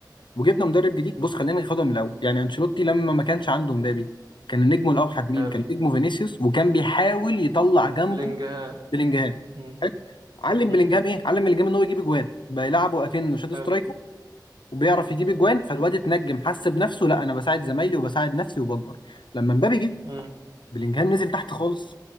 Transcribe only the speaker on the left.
وجبنا مدرب جديد بص خلينا ناخدها من الاول يعني انشيلوتي لما ما كانش عنده مبابي كان نجمه الاوحد مين
كان نجمه فينيسيوس وكان بيحاول يطلع جنبه
بلينجهام
حلو؟ علم
بلينجهام ايه علم بلينجهام ان هو يجيب اجوان بيلعبه اكنه شادو
سترايكر وبيعرف يجيب اجوان
فالواد اتنجم حس بنفسه لا انا بساعد زمايلي وبساعد نفسي وبكبر لما مبابي جه
بلينجهام نزل تحت خالص